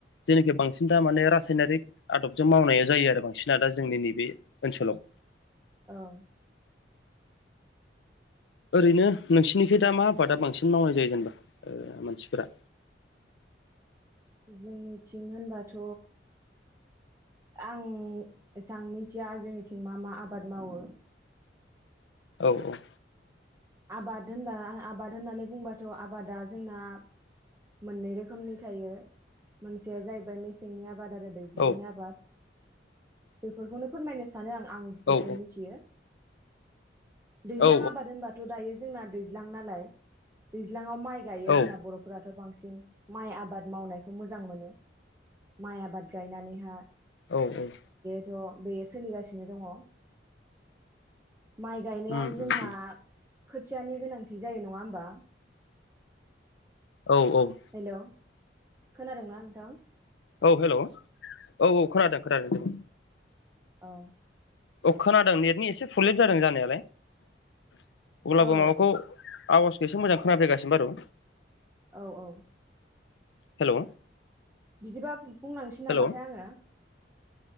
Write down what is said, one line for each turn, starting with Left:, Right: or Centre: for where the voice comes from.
Left: जेखि बांसिन दा माने रासायनारिक आदबजों मावनायाव जायो आरो बांसिना दा जोंनि नैबे ओनसोलाव
Right: औव
Left: ओरैनो नोंसोरनिखि दा मा आबादा बांसिन मावनाय जायो जेनेबा मानसिफोरा
Right: <unintelligible> जोंनिथिं होनबाथ' आं एसेबां मिथिया जोंनिथिं मा मा आबाद मावो।
Left: औव औव
Right: आबाद होनबा आबाद होननानै बुंबाथ' आबादा जोंना मोननै रोखोमनि थायो मोनसेया जाहैबाय मेसेंनि आबाद आरो दैज्लांनि
Left: औ
Right: आबाद बेफोरखौनो फोरमायनो सानो आं आं जिखौ
Left: औ
Right: मिथियो। दैज्लां
Left: औ
Right: आबाद होनबाथ' दायो जोंना दैज्लां नालाय दैजां माइ गायो
Left: औ
Right: जोंना बर'फोराथ' बांसिन माइ आबाद मावनायखौ मोजां मोनो माइ आबाद गायनानैहा
Left: औव औव
Right: थ' बेयो सोलिगासिनो दङ। माइ गायनायाव
Left: उम
Right: जोंहा
Left: उम उम
Right: खोथियानि गोनांथि जायो नङा होमबा
Left: औव औव
Right: हेल' खोनादोंना नोंथां?
Left: औव हेल' औ औ खोनादों खोनादों।
Right: औव
Left: अ खोनादों नेटनि एसे प्रब्लेम जादों जानायालाय अब्लाबो
Right: औ
Left: माबाखौ आवाजखौ एसे मोजां खोनाफैगासिनो बारु
Right: औव औव
Left: हेल'
Right: बिदिबा बुंनांसै
Left: हेल'
Right: नामाथाय आङो